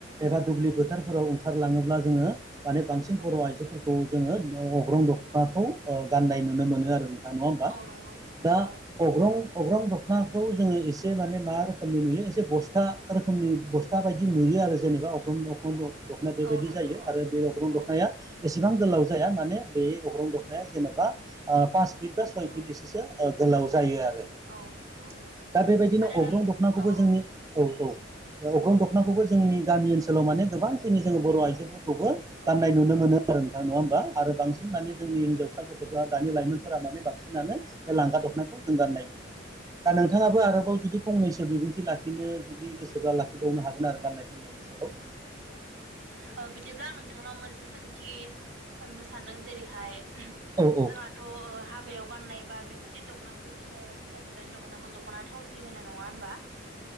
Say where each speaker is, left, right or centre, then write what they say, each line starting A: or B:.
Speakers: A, on the right; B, on the right.
A: एबा दुब्लि फोथारफोराव ओंखारलाङोब्ला जोङो माने बांसिन
B: औ
A: बर' आइजोफोरखौ जोङो न अग्रं दख'नाखौ ओ गाननाय नुनो मोनो आरो नों थां नङा होमबा?
B: औ नंगौ
A: दा
B: औ
A: अग्रं अग्रं दख'नाखौ जोङो एसे माने मा रोखोमनि नुयो एस से बसथा रोखोमनि बसथा बायदि नुयो आरो जेनेबा अग्रं-अग्रं-अ दख'नाय बेबायदि
B: औ नंगौ
A: जायो
B: औ
A: आरो बे अग्रं
B: औ
A: दख'नाया एसेबां गोलाव जाया माने बै अग्रं दखनाया जेनेबा ओ पास फिट बा सय
B: औ
A: फिट एसेसो ओ गोलाव जायो आरो। ओ
B: औ औ
A: दा बेबायदिनो
B: आरो नों
A: अग्रं दखनाखौबो
B: औ
A: जोंनि
B: औ
A: औ औ। ओ अग्रं
B: औ
A: दख'नाखौबो जोंनि गामि ओनसोलाव माने गोबांखिनि जोङो बर' आइजोफोर खौबो
B: औ
A: गाननाय नुनो मोनो आरो नोंथां। नङा होमबा? आरो बांस सिन माने जोंनि हिनजावसा गथ'फोरा दानि लाइमोनफोरा माने बांसिनानो ओ लांगा दखनाखौ जों गाननाय नुयो। दा नोंथाङाबो
B: औ नंगौ
A: आरोबाव जुदि फंनैसो बिबुंथि लाखिनो जुदि गोसोबा ला खि बावनो हागोन आरो
B: औ
A: गाननाय जोमनायनि सायाव।
B: ओ बिदिब्ला आं नोंथांनाव मोनसे सोंथि सोंनो सानदों। जेरैहाय <inaudible>
A: औ औ
B: जोंहाथ' ओ हा बायाव गाननाय बा बेफोदि दख'नाखौ जोङो हिनजाव गोदानानि दख'नाखौ दख'ना थावसि होनो। नङा होमबा?